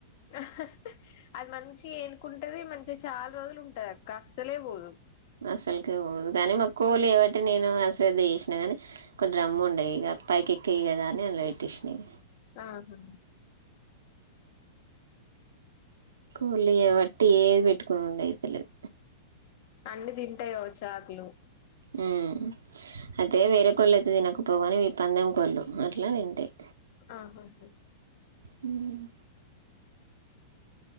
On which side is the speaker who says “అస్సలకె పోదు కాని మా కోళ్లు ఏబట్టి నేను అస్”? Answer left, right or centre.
Right